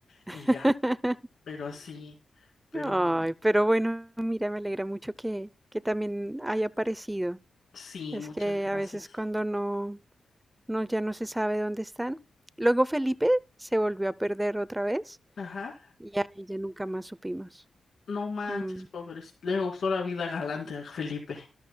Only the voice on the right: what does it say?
<laughs>
Ay,
pero bueno, mira, me alegra mucho que, que también haya aparecido.
Es
que
a veces cuando no, no, ya no se sabe dónde están. Luego Felipe se volvió a perder otra vez.
Ya, y ya nunca más supimos.
Mm,